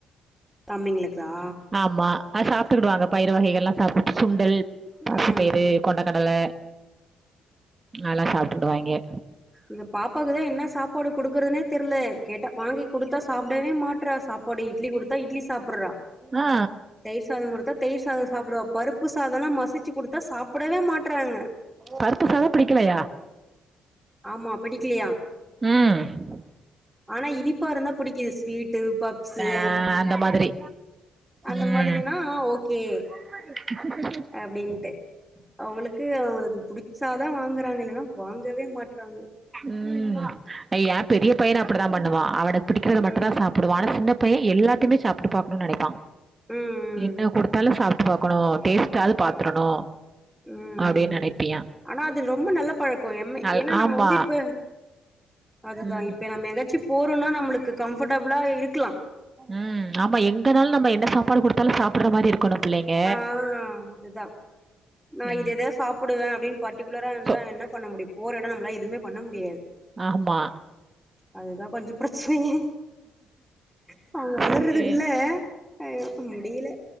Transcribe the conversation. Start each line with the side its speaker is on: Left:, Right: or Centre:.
Centre: தம்பிங்களுக்கா
Right: ஆமா அ சாப்ட்டுக்கேடுவாங்க பயறு வகைகள்லா சாப்ட்டு சுண்டல் பாசிப்பயிறு
Centre: ம்
Right: கொண்டைக்கடல அதுல்லா சாப்ட்டுக்குடுவாங்கே
Centre: எங்க பாப்பாக்குதா என்ன சாப்பாடு குடுக்குறதுனே தெர்ல கேட்டா வாங்கி குடுத்தா சாப் டவே மாட்டுறா சாப்பாடு இட்லி குடுத்தா இட்லி சாப்புட்றா
Right: ஆ
Centre: தயிர் சாதோ குடுத்தா தயிர் சாதோ சாப்புடுவா பருப்பு சாதல்லா மசிச்சு குடுத்தா சாப்புடவே மாட்றாங்க
Right: பருப்பு சாதம் பிடிக்கலையா
Centre: ஆமா பிடிக்கலையா
Right: ம்
Centre: ஆனா இனிப்பா இருந்தா புடிக்குது ஸ்வீட்டு பப்ஸு
Right: ஆ அந்த மாதிரி
Centre: அந்த
Right: ம்
Centre: மாதிரனா ஆ ஓகே
Right: <unintelligible>
Centre: அப்டின்ட்டு அவங்களுக்கு அவங்களுக்கு புடிச்சாதா வாங்குறாங்க இல்லனா வாங்கவே மாட்றாங்க
Right: ம் ஏ பெரிய பையனு அப்டிதா பண்ணுவா அவனுக்கு பிடிக்கிறத
Centre: ம்
Right: மட்டுந்தா சாப் புடுவா ஆனா சின்ன பைய எல்லாத்துமே சாப்ட்டு பாக்கணுனு நெனைப்பா
Centre: ம்
Right: என்ன
Centre: ம்
Right: குடுத்தாலு சாப் ட்டு பாக்கணு டேஸ்ட்டாது பாத்துரணு
Centre: ம்
Right: அப்டின்னு நெனைப்பியா
Centre: ஆனா அது ரொம்ப நல்ல பழக்கோ எம்
Right: நல்
Centre: ஏன்னா நம்ம
Right: ஆமா
Centre: வந்து இப்ப அதுதா
Right: ம்
Centre: இப்ப நம்ம எங்காச்சு போறோனா நம்மளுக்கு கம்ஃபர்ட்டபிளா இருக்கலா
Right: ம் ஆமா எங்கனாலு நம்ம என்ன சாப்பாடு குடுத்தாலு சாப்புடுற மாரி இருக் கனு பிள்ளைங்க
Centre: ஆ அதுதா நா
Right: ம்
Centre: இதேதா சாப் புடுவே அப்டின் பர்டிகுலரா இருந்தா
Right: சோ
Centre: என்ன பண்ண முடியு போற எடம் நம்மலா எதுமே பண்ண முடியாது
Right: ஆமா
Centre: அதுதா கொஞ்ச பிரச்சனயே சோ அவங்க வளர்றதுக்குள்ள
Right: சே
Centre: அயோ முடியல